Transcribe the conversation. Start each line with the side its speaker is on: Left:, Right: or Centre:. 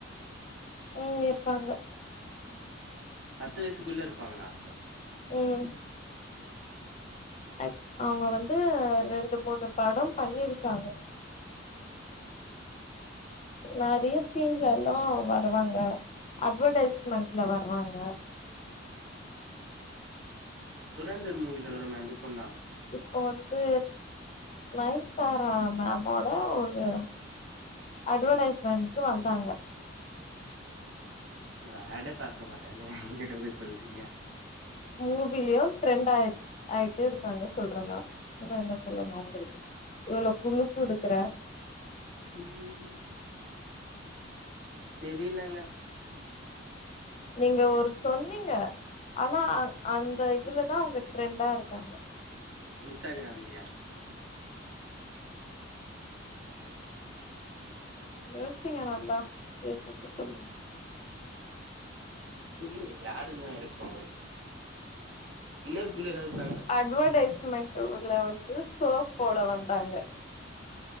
Left: ம் இருப்பாங்க
Right: பத்து வயசுக்குள்ள இருப்பாங்களா
Left: ம் அக் அவங்க வந்து ரெண்டு மூணு படம் பண்ணிருக்காங்க நறைய சீன்லல்லா வருவாங்க அட்வடைஸ்மெண்ட்ல வருவாங்க
Right: துரேந்தர் மூவில வருமே அந்த பொண்ணா
Left: இப்ப வந்து நயன்தாரா மம்மோட ஒரு அட்வடைஸ்மெண்ட்கு வந்தாங்க
Right: நா அட்டே பாக்க மாட்டனே எங்கிட்ட போய் சொல்றீங்க
Left: மூவிலியு ட்ரெண்ட் ஆ ஆயிட்டே இருக்காங்க சொல்ற நா இன்னு என்ன சொல்லணு உங்களுக்கு இவ்ளோ குழு குடுக்குற
Right: ம் தெரிலங்க
Left: நீங்க ஒரு சொன்னீங்க ஆனா அந்த இதுல தா அவங்க ட்ரெண்டா இருக்காங்க
Right: இன்ஸ்டாக்ரம்லயா
Left: யோசிங்க நல்லா யோசிச்சி சொல்லுங்க
Right: புரில யாருங்க இருக்கு இன்னொரு குளு எதாவது தாங்க
Left: அட்வடைஸ்மெண்ட ஊர்ல வந்து சோப் போட வந்தாங்க